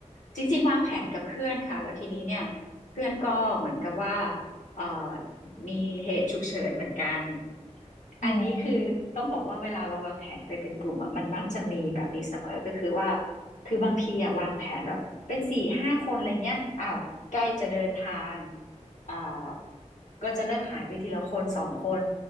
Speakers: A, on the left; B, on the left.
A: จริงๆวางแผนกับเพื่อนค่ะแล้วทีนี้เนี่ยเพื่อนก็เหมือนกับว่าเอ่อมีเหตุฉุกเฉินเหมือนกัน
B: อ๋อ
A: อันนี้คือต้องบอกว่าเวลาเราวางแผนไปเป็นกลุ่มอ่ะมันมักจะมีแบบนี้เสมอก็คือว่าคือบางทีอ่ะวางแผนแบบเป็นสี่ห้าคนอะไรเงี้ยอ้าวใกล้จะเดินทางอ่าก็จะเริ่มหายไปทีละคนสองคน